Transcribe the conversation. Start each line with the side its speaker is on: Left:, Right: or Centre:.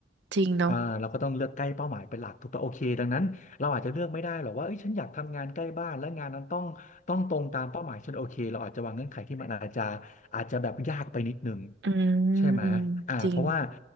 Right: จริงเนาะ
Left: อ่าเราก็ต้องเลือกใกล้เป้าหมายเป็นหลักถูกป่ะโอเคดังนั้นเราอาจจะเลือกไม่ได้หรอกว่าเอ้ยฉันอยากทำงานใกล้บ้านและงานนั้นต้องต้องตรงตามเป้าหมายฉันโอเคเราอาจจะวางเงื่อนไขที่มันอาจจะอาจจะแบบยากไปนิดนึง
Right: อืม
Left: ใช่ไหมอ่าเพราะว่า
Right: อืมจริง